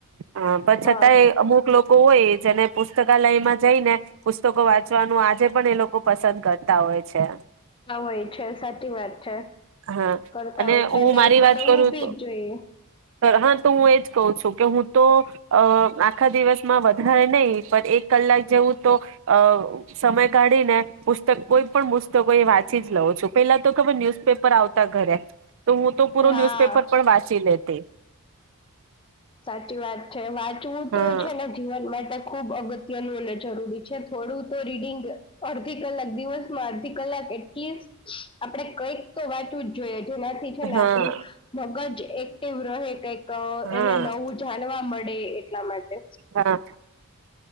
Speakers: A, on the right; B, on the left.
A: હા પછતાંય
B: હા
A: અમુક લો કો હોય જ અને પુસ્તકાલયમાં જઈને પુસ્તકો વાંચવાનું આજે પણ એ લોકો પસંદ કરતા હોય છે.
B: હોય છે સાચી વાત છે
A: હા
B: કરતા હોય છે
A: હું
B: અને
A: મારી
B: કરવું
A: વાત કરું
B: બી જોઈએ.
A: હા તો હું એજ કહું છું કે હું તો અ આખા દિવસમાં વધારે નહીં પણ એક કલાક જેવું તો અ સમય કાઢીને પુસ્તક કોઈ પણ પુસ્તકો એ વાંચી જ લઉં છું પેલા તો ખબર ન્યુઝપેપર આવતા ઘરે તો હું તો પુરો
B: હા
A: ન્યૂઝપેપર પણ વાંચી લેતી
B: સાચી વાત છે વા ચું તો
A: હા
B: છે ને જીવન માટે ખૂબ અગ ગતયનુ અને જરૂરી છે થોડું તો રીડિંગ અદધી કલાક દિવસમાં અધી કલાક એટલીસ્ટ આપડે કઈક તો વાચવું જ જોઈએ જેનાથી છે ને
A: હા
B: આપણું મગજ એકટીવ રહે એક
A: હા
B: એને નવું જાણવા મળે એટલા માટે.
A: હા